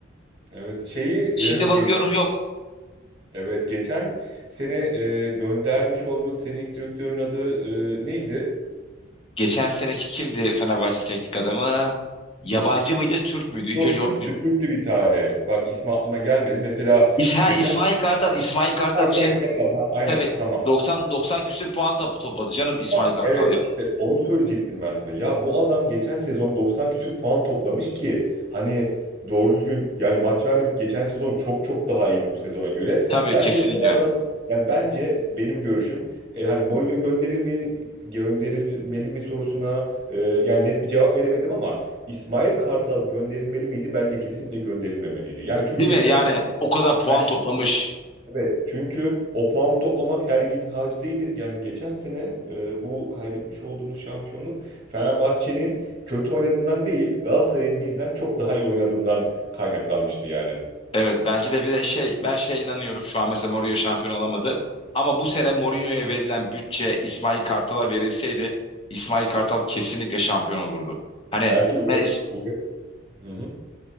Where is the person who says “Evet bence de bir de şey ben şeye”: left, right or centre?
Left